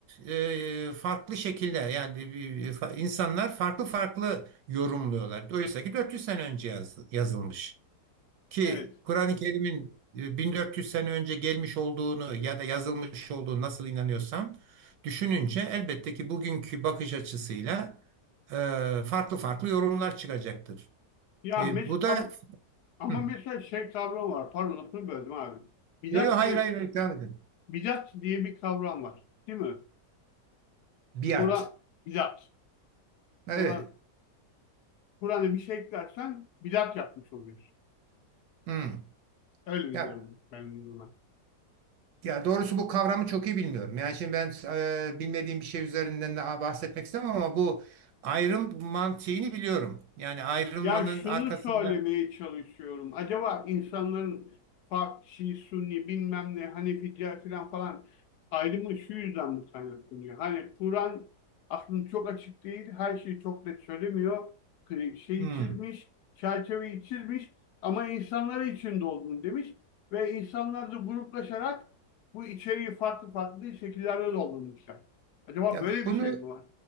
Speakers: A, on the right; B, on the left.
A: e, farklı şekilde yani e, fa- insanlar farklı farklı yorumluyorlar. Oysa ki 400 sene önce yaz- yazılmış. Ki
B: evet.
A: Kur'an-ı Kerim'in e, 1400 sene önce gelmiş olduğunu ya da yazılmış olduğunu nasıl inanıyorsan düşününce elbette ki bugünkü bakış açısıyla e, farklı farklı yorumlar çıkacaktır.
B: Ya
A: E,
B: mes
A: bu da
B: ama, ama
A: hı.
B: mesela şey kavram var. Pardon lafını böldüm abi. Bidat
A: Yo, yo, hayır
B: diye
A: hayır hayır, devam edin.
B: bidat diye bir kavram var. Değil mi?
A: Biat.
B: Kur'an bidat.
A: Evet.
B: Kur'an Kur'an'a bir şey eklersen bidat yapmış oluyorsun.
A: Hı.
B: Öyle biliyorum
A: Ya
B: ben bunu.
A: ya doğrusu bu kavramı çok iyi bilmiyorum. Yani şimdi ben e, bilmediğim bir şey üzerinden de bahsetmek istemem ama bu ayrım mantığını biliyorum. Yani ayrılmanın
B: Ya şunu
A: arkasında
B: söylemeye çalışıyorum. Acaba insanların Fa- Şii, Sünni, bilmem ne, Hanefi, Diğer filan falan ayrımı şu yüzden mi kaynaklanıyor? Hani Kur'an aslında çok açık değil, her şeyi çok net söylemiyor. Kri- Şeyi
A: Hı.
B: çizmiş, çerçeveyi çizmiş ama insanlara içinde olduğunu demiş ve insanlar da gruplaşarak bu içeriği farklı farklı şekillerde doldurmuşlar. Acaba
A: Ya
B: böyle
A: bunu
B: bir şey mi var?